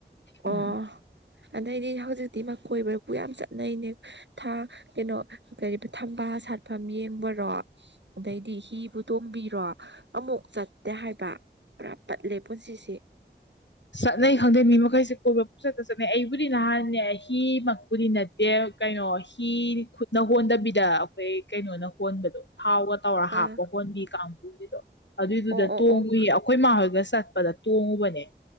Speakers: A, on the left; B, on the right.
A: ꯎꯝ
B: ꯑꯣ ꯑꯗꯩꯗꯤ ꯍꯧꯖꯤꯛꯇꯤ ꯃ ꯀꯣꯏꯕꯕꯨ ꯌꯥꯝ ꯆꯠꯅꯩꯅꯦ ꯊꯥ ꯀꯩꯅꯣ ꯀꯔꯤꯕ ꯊꯝꯕꯥꯜ ꯁꯥꯠꯐꯝ ꯌꯦꯡꯕꯔꯣ ꯑꯗꯩꯗꯤ ꯍꯤꯕꯨ ꯇꯣꯡꯕꯤꯔꯣ ꯑꯃꯨꯛ ꯆꯠꯇꯦ ꯍꯥꯏꯕ ꯄꯨꯔꯥ ꯄꯠꯂꯦ ꯄꯨꯟꯁꯤꯁꯦ
A: ꯆꯠꯅꯩ ꯈꯪꯗꯦ ꯃꯤ ꯃꯈꯩꯁꯦ ꯀꯣꯏꯕ ꯄꯨꯡꯆꯠꯇ ꯆꯠꯅꯩ ꯑꯩꯕꯨꯗꯤ ꯅꯍꯥꯟꯅꯦ ꯑꯩ ꯍꯤ ꯃꯛꯄꯨꯗꯤ ꯅꯠꯇꯦ ꯀꯩꯅꯣ ꯍꯤ ꯈꯨꯠꯅ ꯍꯣꯟꯗꯕꯤꯗ ꯑꯈꯣꯏ ꯀꯩꯅꯣꯅ ꯍꯣꯟꯕꯗꯣ ꯊꯥꯎꯒ ꯇꯧꯔ
B: ꯑꯥ
A: ꯍꯥꯞꯄ ꯍꯣꯟꯕꯤ ꯀꯥꯡꯕꯨꯒꯤꯗꯣ ꯑꯗꯨꯏꯗꯨꯗ
B: ꯑꯣ ꯑꯣ
A: ꯇꯣꯡꯉꯨꯏ
B: ꯑꯣ
A: ꯑꯛ ꯈꯣꯏꯃꯥꯍꯣꯏꯒ ꯆꯠꯄꯗ ꯇꯣꯡꯉꯨꯕꯅꯦ